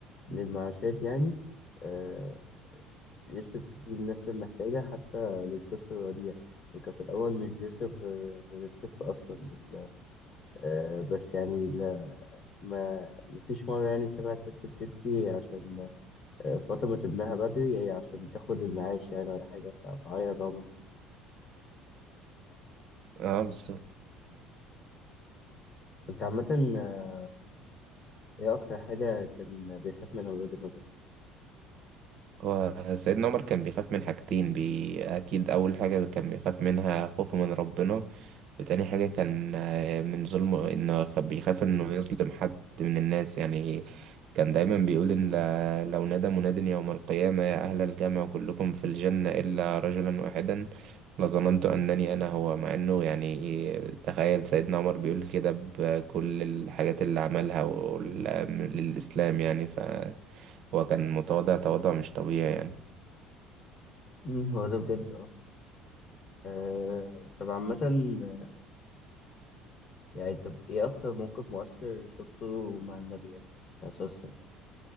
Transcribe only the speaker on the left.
للمعاشات يعني آه، يصرف بيه الناس المحتاجة حتى للطفل الرضيع وكان في الأول مش بيصرف غير غير الطفل أصلا ال- آه، بس يعني لا ما مفيش مرة يعني سمع ست بتبكي عشان آه، فاطمة ابنها بدري هي عشان تاخد المعاش يعني ولا حاجة ف- فهي ضامن
كنت عامة آه، ايه أكتر حاجة كان بيخاف منها من وجهة نظرك؟
أمم، هو ده بجد اه آه، طب عامة آه، يعني طب ايه أكتر موقف مؤثر شفته مع النبي يعني؟ عليه الصلاة والسلام.